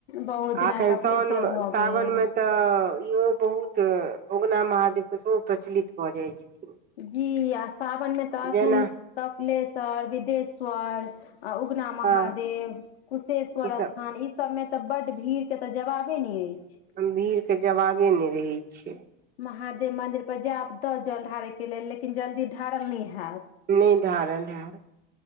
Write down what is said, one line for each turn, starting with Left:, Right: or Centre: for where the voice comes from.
Left: बहुत जेना
Right: एखन
Left: कपिलेश्वर
Right: साओन
Left: भऽ
Right: सावन
Left: गेल
Right: मे तऽ इहो बहुत तऽ उगना महादेव के सेहो प्रचलित भऽ जाइत छथि
Left: जी आ सावनमे तऽ एखन
Right: जेना
Left: कपिलेश्वर बिदेश्वर आ उगना महादेव
Right: हँ
Left: कुशेश्वर
Right: ई सब
Left: स्थान ई सब मे तऽ बड्ड भीड़ के तऽ जवाबे नहि अछि
Right: भीड़के जवाबे नहि रहै छैिय
Left: महादेव मन्दिर पर जायब तऽ जल ढारयके लेल लेकिन जल्दी जल ढारल नहि हैत
Right: नहि ढारल हैत